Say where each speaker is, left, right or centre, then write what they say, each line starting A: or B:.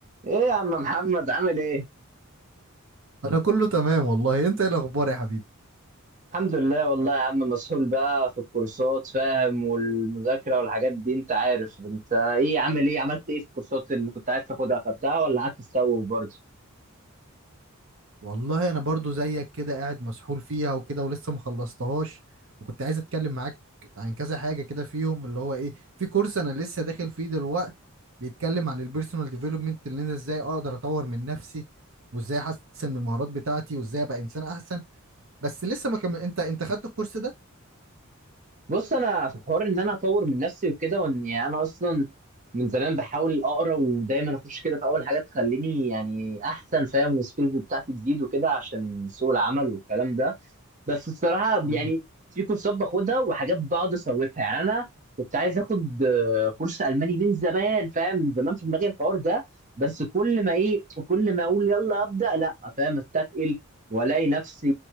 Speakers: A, on the right; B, on the right.
A: ايه يا عم محمد عامل ايه
B: انا كله تمام والله انت ايه الاخبار يا حبيبي
A: الحمد لله والله يا عم مسحول بقى في الكورسات فاهم والمذاكرة والحاجات دي انت عارف انت ايه عامل ايه عملت ايه في الكورسات اللي كنت عايز تاخدها اخدتها ولا قعدت تسوف برضه
B: والله انا برضو زيك كده قاعد مسحول فيها وكده ولسه مخلصتهاش وكنت عايز اتكلم معاك عن كذا حاجة كده فيهم اللي هو ايه في كورس انا لسه داخل فيه دلوقتي بيتكلم عن البيرسونال ديفلوبمنت اللي انا ازاي اقدر اطور من نفسي وازاي احسن من المهارات بتاعتي وازاي ابقى انسان احسن بس لسه ما كمل انت انت خدت الكورس ده
A: بص انا في حوار ان انا اطور من نفسي وكده وان يعني انا اصلا من زمان بحاول اقرا ودايما اخش كده في اول حاجه تخليني يعني احسن فاهم والسكيلز بتاعتي تزيد وكده عشان سوق العمل والكلام ده بس الصراحه
B: مم.
A: يعني في كورسات باخدها وحاجات بقعد اسوفها يعني انا كنت عايز اخد آه، كورس الماني من زمان فاهم من زمان في دماغي الحوار ده بس كل ما ايه كل ما اقول يلا ابدا لا فاهم استثقل والاقي نفسي